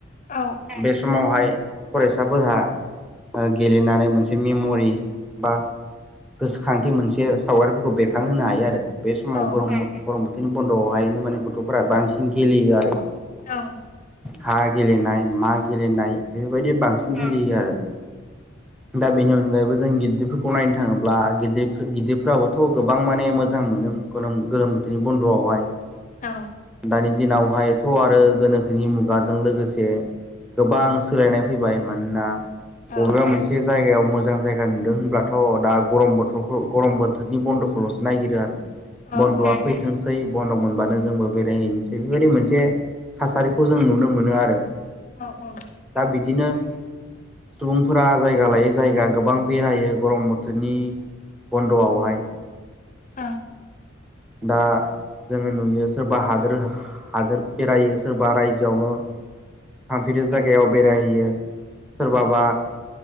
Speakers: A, on the left; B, in the centre.
A: औ
B: बे सम समावहाय फरायसाफोरहा गेलेनानै मोनसे मेम'रि बा गोसोखांथि मोनसे सावगारिफोरखौ बेरखांहोनो हायो आरो बे समाव
A: औ
B: गरम गरम बोथोरनि बन्द'आवहायनो माने गथ'फोरा बांसिन गेलेयो आरो
A: औ
B: हा गेलेनाय मा गेलेनाय बेफोरबायदि बांसिन गेलेयो आरो दा बेनि अनगायैबो जों गिदिरफोरखौ नायनो थाङोब्ला गिदिर गिदिरफ्राबोथ' गोबां माने मोजां मोनो गोलोम गोलोम बोथोरनि बन्द'आवहाय
A: औ।
B: दानि दिनावहायथ' आरो गोनोखोनि मुगाजों लोगोसे गोबां सोलायनाय फैबाय मानोना
A: औ
B: बबेबा मोन से जायगायाव मोजां जायगा नुदों होनब्लाथ' दा गरम बोथोरखौ गरम बोथोरनि बन्द'खौल'सो नागिरो आरो।
A: ओं
B: बन्द'आ
A: ओं
B: फैथोंसै बन्द' मोनबानो जोंबो बेरायहैनोसै बेबायदि मोनसे थासारिखौ जों नुनो मोनो आरो
A: औ औ
B: दा बिदिनो सुबुंफोरा जाय जायगा लायोै जायगा गोबां बेरायो गरम बोथोरनि बन्द'आवहाय।
A: औ
B: दा जोङो नुयो सोरबा हादोर हादोर बेरायो सोरबा रायजोआवनो थांफेरि जायगायाव बेरायहैयो सोरबाबा